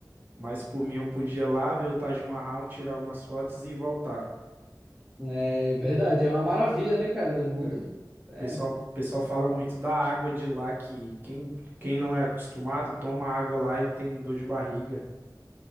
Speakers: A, on the right; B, in the centre.
A: Mas por mim eu podia lá ver o Taj Mahal, tirar algumas fotos e voltar.
B: É verdade, é uma maravilha, né, cara, do mundo.
A: É. O
B: É.
A: pessoal, o pessoal fala muito da água de lá, que quem, quem não é acostumado toma água lá e tem dor de barriga.